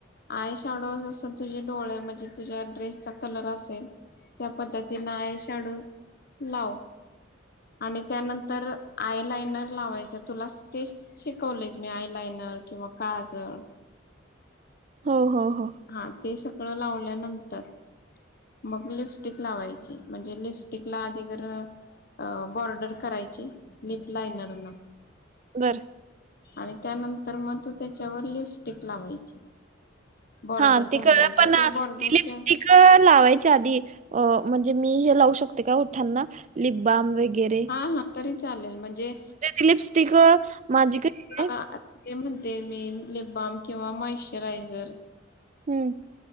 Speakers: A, on the left; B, on the right.
A: आई शाडोजसं तुझे डोळे म्हणजे तुझ्या ड्रेसचा कलर असेल त्या पद्धतीन आयषाडू लाव आणि त्यानंतर आय लाइनर लावायचं तुला तेच शिकवले मही आयलाइनर किंवा काळजळ
B: हो हो हो
A: हा ते सगळं लावल्यानंतर मग लिपस्टिक लावायची म्हणजे लिपस्टिकला आधी तरर अ बॉर्डर करायची लिप लायनरना
B: बरं
A: आणि त्यानंतर मग तू त्याच्यावर लिपस्टिक लावायची बॉर्डर
B: हा
A: झाल्यानंतर
B: तिकडं पण अ,
A: त्या बॉर्डरच्या
B: ती लिपस्टिक लावायच्या आधी अ म्हणजे मी हे लावू शकते का ठांना लिप बम वगैरे
A: हा हा तरी चालेल म्हणजे
B: लिपस्टिक माझी आहे
A: ह ते म्हणते मी लिप बाम किंवा मॉइश्चरायझर
B: हम्म